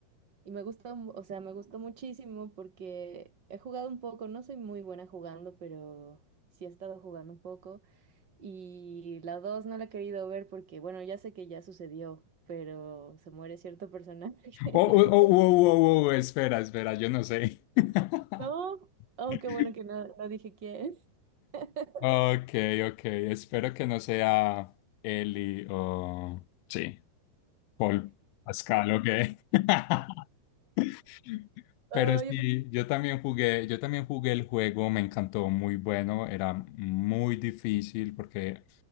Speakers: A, on the right (about 30°); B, on the left (about 85°).
A: y me gustó, mu- o sea, me gustó muchísimo porque he jugado un poco, no soy muy buena jugando, pero sí he estado jugando un poco. Y la dos no la he querido ver porque, bueno, ya sé que ya sucedió, pero se muere cierto personaje. <laughs>
B: Oh, oh, oh, oh, oh, oh, espera, espera, yo no sé. <laughs>
A: No, oh, qué bueno que no, no dije quién. <laughs>
B: Ok, ok. Espero que no sea Eli o... Sí, Paul Pascal, ok. <laughs>
A: Oh,
B: Pero sí,
A: yo, pe-
B: yo también jugué, yo también jugué el juego, me encantó, muy bueno, era muy difícil porque